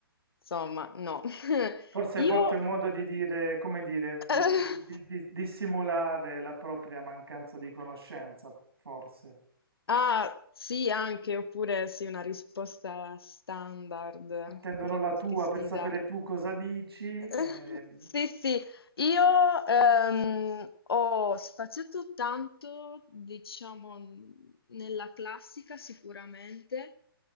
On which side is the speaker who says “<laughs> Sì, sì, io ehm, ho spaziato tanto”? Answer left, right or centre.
Left